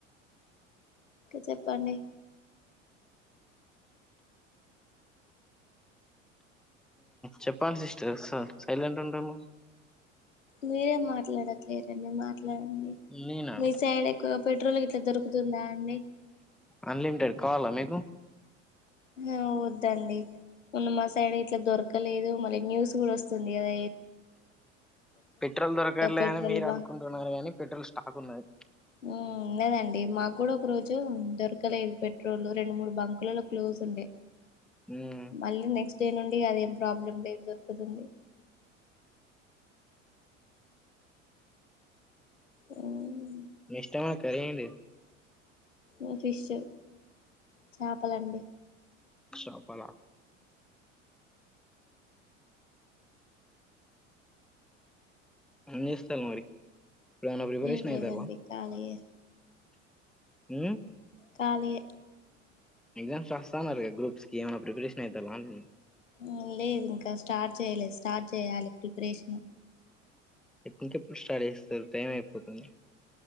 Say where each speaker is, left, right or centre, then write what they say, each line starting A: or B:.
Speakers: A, on the left; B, in the centre.
A: చెప్పండి
B: చెప్పం సిస్టర్ సైలెంట్ ఉంటాను
A: మీరే మాట్లాడట్లేరండి మాట్లాడండి
B: నేనా
A: మీ సైడ్ ఎక్కువ పెట్రోల్ ఎట్లా దొరుకుతుందా అండి
B: అన్లిమిటెడ్ కావాల మీకు
A: ఆ వద్దండి ఉన్న మా సైడ్ ఇట్లా దొరకలేదు మళ్ళీ న్యూస్ చూడ వస్తుంది అద
B: పెట్రోల్ దొరకర్లే
A: పెట్రోల్
B: అని మీరు
A: బా
B: అనుకుంటున్నారు కానీ పెట్రోల్ స్టాక్ ఉన్నది
A: ఉ లేదండి మాకు కూడా ఒక రోజు దొరకలేదు పెట్రోల్ రెండు మూడు బంక్ ఫుల్ క్లోజ్ ఉండే
B: మీ
A: మళ్ళీ నెక్స్ట్ నేనుండి అదేం ప్రాబ్లం లేదు దొరుకుతుంది హ్మ్
B: మిష్ట మ కరండి
A: ఆ ఫిష్ చాపలండి
B: చెప్పాలా ఏం జేస్తారు మరి ఇప్పుడు ఏమైనా ప్రిపరేషన్
A: ఏం
B: అయితారా
A: లేదండి ఖాళీయే
B: ఊ
A: ఖాళీయే
B: ఎగ్జామ్స్ రాస్తా మరి గ్రూప్స్ కి ఏమన్నా ప్రిపరేషన్ ఐతాల్లా <inaudible>
A: ఊ లేదు ఇంకా స్టార్ట్ చేయలేదు స్టార్ట్ చెయ్యాలి ప్రిపరేషన్
B: <unintelligible> ప్పుడు స్టార్ట్ చేస్తారు టైం అయిపోతుంది